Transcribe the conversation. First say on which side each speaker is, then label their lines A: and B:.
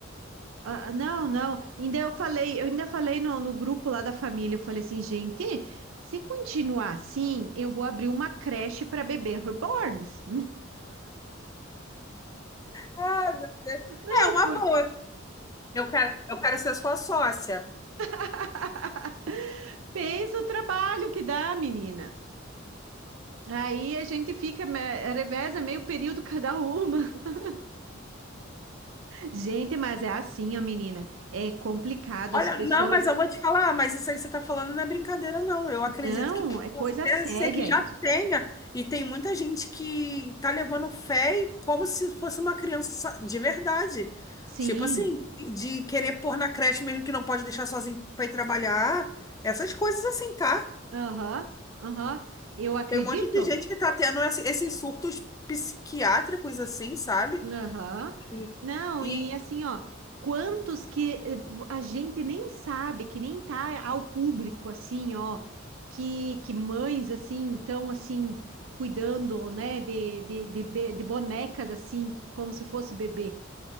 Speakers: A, on the right; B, on the left.
A: Ah, ah, não, não. Ainda eu falei, eu ainda falei no, no grupo lá da família, eu falei assim, gente, se continuar assim, eu vou abrir uma creche para bebê reborns.
B: Ah, meu Deus.
A: Não,
B: É uma
A: porque
B: boa. Eu quero, eu quero ser sua sócia.
A: <laughs> pensa o trabalho que dá, menina. Aí a gente fica, me- reveza meio período cada uma. <laughs> Gente, mas é assim, ó, menina. É complicado
B: Olha,
A: as pessoas.
B: não, mas eu vou te falar, mas isso aí que você está falando não é brincadeira, não. Eu acredito
A: Não,
B: que possa
A: é coisa
B: até
A: séria
B: ser que já
A: isso.
B: tenha, e tem muita gente que tá levando fé e como se fosse uma criança sa- de verdade.
A: Sim,
B: Tipo assim, de querer pôr na creche mesmo que não pode deixar sozinho para ir trabalhar, essas coisas assim, tá?
A: aham, aham. Eu acredito?
B: Tem um monte de gente que tá tendo esse- esses surtos psiquiátricos assim, sabe?
A: Aham.
B: E,
A: Não,
B: e
A: e assim, ó, quantos que eh, vo- a gente nem sabe, que nem tá ao público, assim, ó, que, que mães, assim, estão, assim, cuidando, né, de, de, de, be- de bonecas, assim, como se fosse bebê.